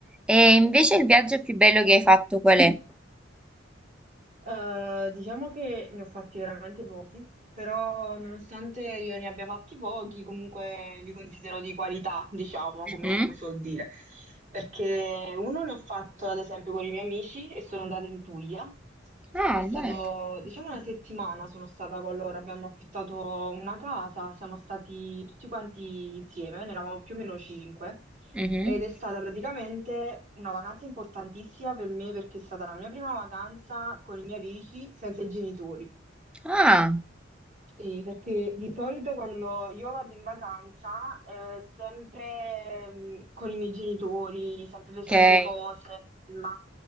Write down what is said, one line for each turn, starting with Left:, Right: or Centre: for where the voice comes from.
Centre: E invece il viaggio più bello che hai fatto qual è?
Right: Eh, diciamo che ne ho fatti veramente pochi, però nonostante io ne abbia fatti pochi, comunque li considero di qualità, diciamo,
Centre: Mhm.
Right: come si suol dire. Perché uno ne ho fatto ad esempio con i miei amici e sono andata in Puglia.
Centre: Ah,
Right: È stato,
Centre: bello.
Right: diciamo, una settimana sono stata con loro, abbiamo affittato una casa, siamo stati tutti quanti insieme, ne eravamo più o meno cinque.
Centre: Mhm.
Right: Ed è stata praticamente una vacanza importantissima per me perché è stata la mia prima vacanza con i miei amici senza i genitori.
Centre: Ah,
Right: Sì, perché di solito quando io vado in vacanza, eh, sempre ehm, con i miei genitori, sempre
Centre: ok.
Right: le solite
Centre: Eh,
Right: cose, il mare